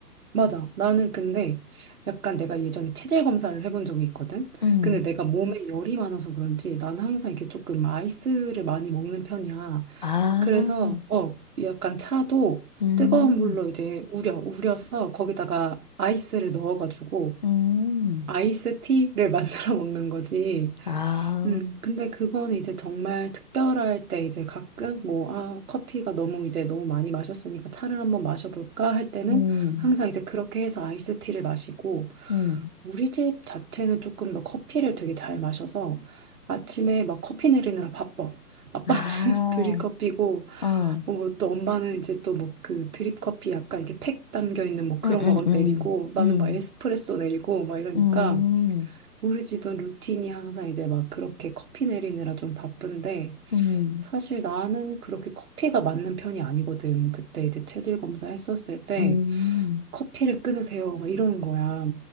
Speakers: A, on the right; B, on the left.
A: 맞아. 나는 근데 약간 내가 예전에 체질 검사를 해본 적이 있거든.
B: 음.
A: 근데 내가 몸에 열이 많아서 그런지 나는 항상 이게 조금 아이스를 많이 먹는 편이야.
B: 아,
A: 그래서 어 약간 차도
B: 음,
A: 뜨거운 물로 이제 우려 우려서 거기다가 아이스를 넣어가지고
B: 음,
A: 아이스티를 <laughs> 만들어 먹는 거지.
B: 아,
A: 음, 근데 그건 이제 정말 특별할 때 이제 가끔 뭐, 아, 커피가 너무 이제 너무 많이 마셨으니까 차를 한번 마셔볼까 할 때는
B: 음,
A: 항상 이제 그렇게 해서 아이스티를 마시고
B: 음.
A: 우리 집 자체는 조금 더 커피를 되게 잘 마셔서 아침에 막 커피 내리느라 바빠. 아빠는
B: 아,
A: <laughs> 드립커피고
B: 어, 응,
A: 뭐 또 엄마는 이제 또 뭐 그 드립커피 약간 이렇게 팩 담겨 있는 뭐 그런
B: 응,
A: 거 막
B: 응,
A: 내리고 나는
B: 응,
A: 막 에스프레소 내리고 막 이러니까
B: 응,
A: 우리 집은 루틴이 항상 이제 막 그렇게 커피 내리느라 좀 바쁜데,
B: 응,
A: 사실 나는 그렇게 커피가 맞는 편이 아니거든. 그때 이제 체질 검사 했었을 때,
B: 응.
A: 커피를 끊으세요. 막 이러는 거야.